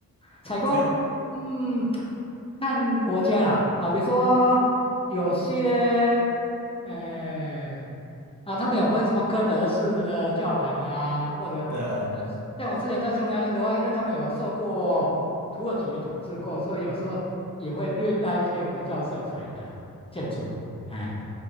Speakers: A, on the left; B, on the right.
A: 采光，
B: 它
A: 嗯，看国家啦，好比说有些，呃，啊，他们有分什么哥德式的教堂啊，或者，
B: 对啊，
A: 嗯、像我之前在匈牙利的话，因为他们有受过土耳其的统治过，所以有时候也会略带一些回教色彩的建筑，哎、